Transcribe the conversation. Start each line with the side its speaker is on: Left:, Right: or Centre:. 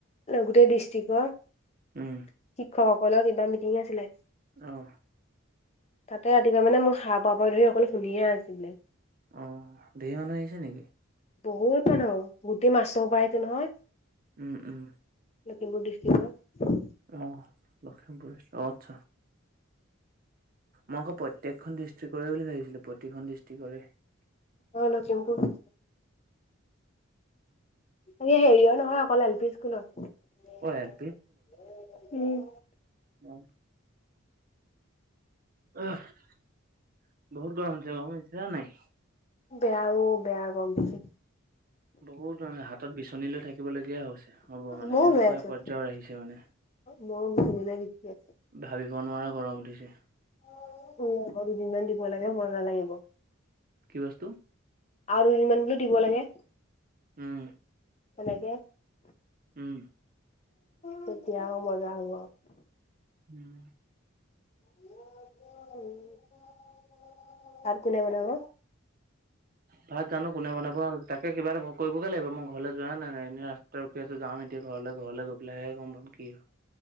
Left: গোটেই ডিষ্ট্ৰিকৰ। শিক্ষকসকলৰ
Right: উম
Left: কিবা মিটিং আছিলে।
Right: অ'।
Left: তাতে ৰাতিপুৱা মানে মোৰ সাহ পৰা ধৰি অকল শুনিহে আছিলো।
Right: অ', ধেৰ মানুহ আহিছে নেকি?
Left: বহুত মানহ, গোটেই মাষ্টৰ সোপা আহিছে নহয়।
Right: উম'-উম'।
Left: লখিমপুৰ ডিষ্ট্ৰিক্ট ৰ।
Right: অ', লখিমপুৰ। অ', আচ্ছা। মই আকৌ প্ৰত্যেকখন ডিষ্ট্ৰিকৰে বুলি ভাবিছিলো প্ৰতিখন ডিষ্ট্ৰিক্টৰে।
Left: অ', লক্ষীমপুৰ। এ, হেৰিয় নহয় অকল এল পি স্কুলত।
Right: অ', এল
Left: উম।
Right: অ'। এ বহুত গৰম উঠিছে, গৰম লাগিছে না নাই?
Left: বেয়াও বেয়া গৰম দিছে।
Right: বহুত মানে হাতত বিচনী লৈ থাকিব লগীয়া হৈছে, হ'ব মানে
Left: ময়ো
Right: এনেকুৱা
Left: লৈ আছো
Right: পৰ্যায়ৰ আহিছে মানে।
Left: মোৰো বিচনীলে বিছি আছে
Right: ভাবিব নোৱাৰা গৰম উঠিছে।
Left: উম, বৰষুণ দুদিনমান দিব লাগে মজা লাগিব।
Right: কি বস্তু?
Left: আৰু দুদিনমান বোলে দিব লাগে।
Right: উম।
Left: তেনেকে
Right: উম,
Left: তেতিয়াও মজা হব।
Right: উম।
Left: <unintelligible> আৰু কোনে বনাব?
Right: ভাত জানো কোনে বনাব, তাকে কিবা এটা কৰিবগে লাগিব মই ঘৰলৈ যোৱাই নাই। এনে ৰাস্তাত ৰখি আছো যাম এতিয়া ঘৰলৈ, ঘৰলৈ গৈ পেলাইহে গম পাম কি হয়।